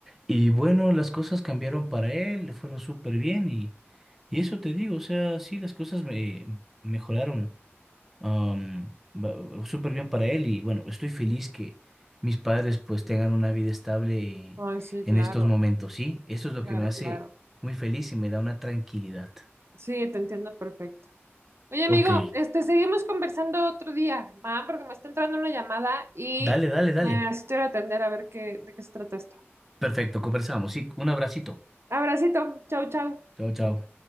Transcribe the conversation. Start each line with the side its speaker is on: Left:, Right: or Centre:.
Centre: Y bueno, las cosas cambiaron para él, le fueron súper bien y, y eso te digo, o sea, sí, las cosas me mejoraron. Am, ba- súper bien para él y bueno, estoy feliz que mis padres pues tengan una vida estable
Right: Ay, sí,
Centre: en
Right: claro,
Centre: estos momentos, ¿sí? Eso es lo
Right: claro,
Centre: que me hace
Right: claro.
Centre: muy feliz y me da una tranquilidad.
Right: Sí, te entiendo perfecto. Oye, amigo,
Centre: Ok,
Right: este, seguimos conversando otro día, ¿va? Porque me está entrando una llamada y
Centre: dale, dale, dale.
Right: eh, así te voy a atender a ver qué, de qué se trata esto.
Centre: Perfecto, conversamos, sí, un abracito.
Right: Abracito, chau, chau.
Centre: Chao, chao.